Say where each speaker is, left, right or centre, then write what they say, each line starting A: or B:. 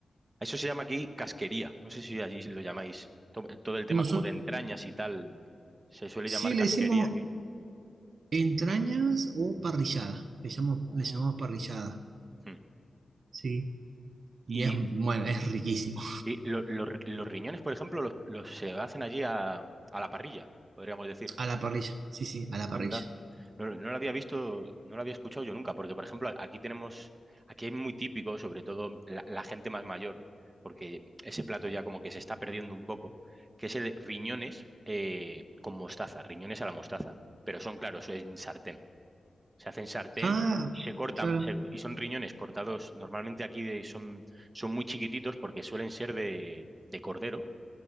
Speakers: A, on the right; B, on the right.
A: eso se llama aquí casquería. No sé si allí lo llamáis. To- Todo el tema
B: Nosotros
A: como de entrañas y tal. Se suele
B: sí
A: llamar
B: le
A: casquería
B: decimos
A: aquí.
B: entrañas o parrillada. Le llamamos,
A: Mm.
B: le llamamos parrillada,
A: Hmm.
B: ¿sí? Y
A: Y,
B: es, bueno,
A: y-
B: es riquísimo.
A: y lo- lo- los riñones, por ejemplo, los, los se hacen allí a, a la parrilla, podríamos decir.
B: A la parrilla, sí, sí, a la
A: Anda.
B: parrilla.
A: No, lo no lo había visto, no lo había escuchado yo nunca, porque por ejemplo a- aquí tenemos, aquí hay muy típico, sobre todo la, la gente más mayor, porque ese plato ya como que se está perdiendo un poco, que es el riñones eh, con mostaza, riñones a la mostaza, pero son claros, en sartén, se hacen sartén
B: Ah,
A: y se cortan
B: claro.
A: se- y son riñones cortados, normalmente aquí de- son, son muy chiquititos porque suelen ser de, de cordero